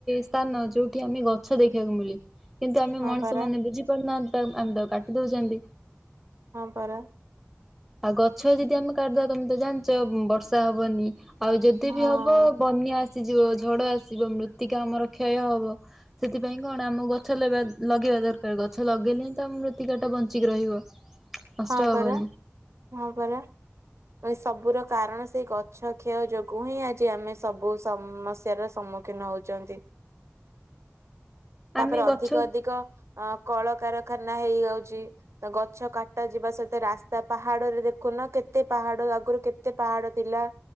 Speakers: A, in the centre; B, on the right.
A: ସ୍ଥାନ ଯୋଉଠି ଆମେ ଗଛ ଦେଖିବାକୁ ମିଳେ। କିନ୍ତୁ ଆମେ
B: ହଁ
A: ମଣିଷ
B: ପରା
A: ମାନେ ବୁଝି ପାରୁନାହାନ୍ତି ତାକୁ ଆମେ ତାକୁ କାଟି ଦଉଛନ୍ତି।
B: ହଁ ପରା।
A: ଆଉ ଗଛ ଯଦି ଆମେ କାଟିଦବା ତମେ ତ ଜାଣିଛ ବର୍ଷା ହବନି। ଆଉ ଯଦି
B: ହଁ
A: ବି ହବ ବନ୍ୟା ଆସିଯିବ ଝଡ ଆସିଯିବ ମୃତ୍ତିକା ଆମର କ୍ଷୟ ହବ। ସେଥିପାଇଁ କଣ ଆମ ଗଛ ଲଗେଇବା ଦରକାର ଗଛ ଲଗେଇଲେ ହିଁ ତ ଆମ ମୃତ୍ତିକା ଟା ବଞ୍ଚିକି ରହିବ। ନଷ୍ଟ
B: ହଁ ପରା
A: ହବନି
B: ହଁ ପରା। ଏ ସବୁର କାରଣ ସେଇ ଗଛ କ୍ଷୟ ଯୋଗୁ ହିଁ ଆଜି ଆମେ ସବୁ ସମସ୍ୟାର ସମ୍ମୁ କିନ ନଉଛନ୍ତି ତାପରେ
A: ଆମେ
B: ଅଧିକ
A: ଗଛ
B: ଅଧିକ ଅ କଳକାରଖାନା ହେଇଯାଉଛି ତ ଗ ଗଛ କାଟା ଯିବା ସହିତ ରାସ୍ତା ପାହାଡରେ ଦେଖୁନ କେତେ ପାହାଡ ଆଗରୁ କେତେ ପାହାଡ ଥିଲା।